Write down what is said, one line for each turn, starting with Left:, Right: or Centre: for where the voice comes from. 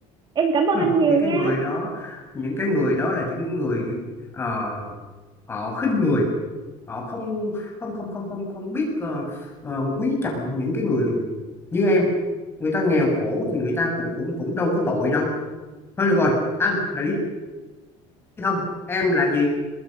Right: Em cảm ơn
Left: Hừ,
Right: anh nhiều
Left: những cái
Right: nha
Left: người đó những cái người đó là những người ờ, họ khinh người họ không không không không không không biết ờ, ờ, quý trọng những cái người như em người ta nghèo khổ thì người ta cũng cũng cũng đâu có tội đâu thôi được rồi anh là Lý Thông em là gì